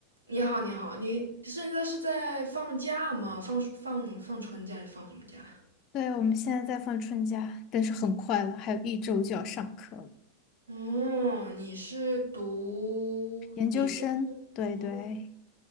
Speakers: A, on the right (about 75°); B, on the left (about 35°).
A: 你好，你好，你现在是在放假吗？放暑放放春假还是放什么假？
B: 对，我们现在在放春假，但是很快了，还有一周就要上课了。
A: 哦，你是读研究生？
B: 研究生，对对，
A: 哦，